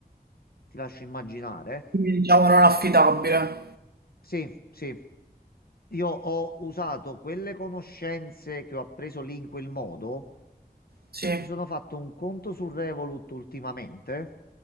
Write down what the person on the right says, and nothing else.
Quindi diciamo non affidabile.
Sì,